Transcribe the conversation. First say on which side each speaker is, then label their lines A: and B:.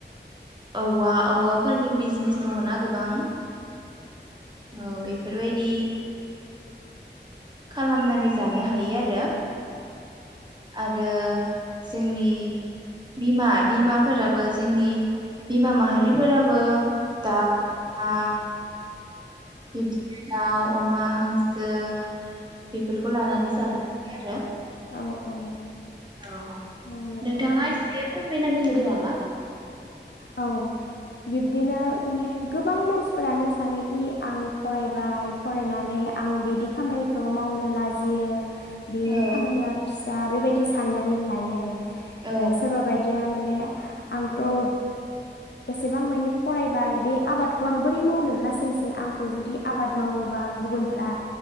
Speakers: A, on the right; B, on the left.
A: औवा औवाफोरनि बिजनेस दङना गो। बां औ बे बेफोरबायदि। खालामनानै जानो हायो आरो आरो जोंनि बिमा। बिमाफोराबो जोंनि बिमा माहारिफोराब ओ दा जोंहा। बिबदिनो दाउ। अमा, हांसो बेफोरखौ लानानै जानो हायो आरो।
B: औ औ।
A: औ
B: औ नंगौ
A: नोंथाङा
B: नोंथां
A: एसेफोर फैनानै होदोनामा ।
B: औ बिब्दिनो माने गोबां मानसिफोरानो सानोखि आं फरायबाय फरायनानै आं बिदि खामानिखौ मावनो लाजियो बेयो
A: औ
B: खामानिया फिसा बेबायदि साननानै लायो आरो
A: औ
B: ओ सोरबा बायदिया माने आंथ ओ एसेबां मानि फरायबाय बे आबादखौ आं बोरै मावनो लासिं सिं आंखौ जुदि आबाद मावोबा गुबुनफ्रा